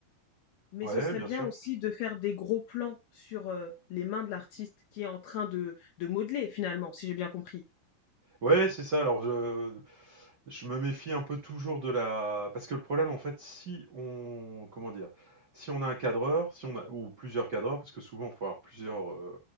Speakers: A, on the left; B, on the right.
A: mais
B: Ouais,
A: ce serait
B: bien
A: bien
B: sûr.
A: aussi de faire des gros plans sur euh, les mains de l'artiste qui est en train de, de modeler finalement, si j'ai bien compris.
B: Ouais, c'est ça. Alors je je me méfie un peu toujours de la parce que le problème, en fait, si on comment dire? Si on a un cadreur, si on a ou plusieurs cadreurs, parce que souvent, il faut avoir plusieurs, heu,